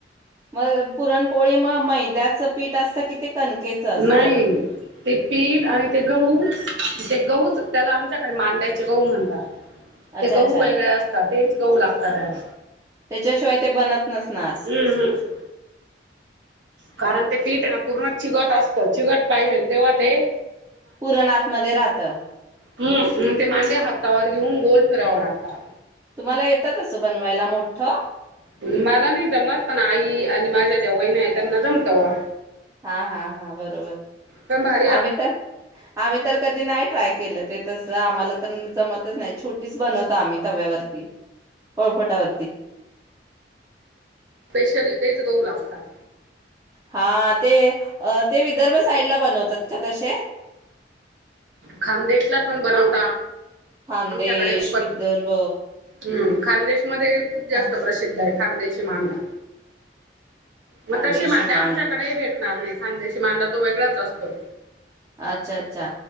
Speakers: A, on the right; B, on the right.
A: मग पुरणपोळी म मैद्याचं पीठ असतं कि ते कण केच
B: नाही
A: असतं.
B: ते पीठ आणि ते गहू, ते गहूच त्याला आमच्याकडे मांड्याचे गहू म्हणता.
A: अच्छा
B: ते गहू
A: अच्छा
B: वेगळे असतात. तेच गहू लागता त्याला.
A: तेच्याशिवाय ते बनत नसणार
B: हम्-हम् कारण ते पीठ हे ना पूर्ण चिगट असतं, चिगट पाहिजेल तेव्हा ते
A: पुरण आतमध्ये राहतं.
B: हम् अम् ते मांड्या हातावर घेऊन गोल फिराव लागता.
A: तुम्हाला येतात असं बनवायला मोठ ठं
B: मला नाही जमत, पण आई आणि माझ्या ज्या वहिन आहेत त्यांना जमत ओ वा.
A: हा हा हा बरोबर
B: पण भारी लागत
A: आम्ही तर आम्ही तर कधी नाही ट्राय केलं ते तस आम्हाला तर जमतच नाही छोटीच बनवत आम्ही तव्यावरती पोळपाटावरती.
B: स्पेशली तेच गहु लागता.
A: हा ते अ ते विदर्भ साईड ला बनवतात का तशे.
B: खानदेशला पण बनवता
A: खानदेश
B: आमच्याकडेम
A: विदर्भ
B: हम्म खानदेश मध्ये खूप जास्त
A: हा
B: प्रसिद्ध आहे. खानदेशी मांडा. म
A: खानदेशी
B: तशी मांड्या
A: मांड
B: आमच्याकडे ही भेट. णारी खांदेशी मांडा तो वेगळाच असतो.
A: अच्छा अच्छा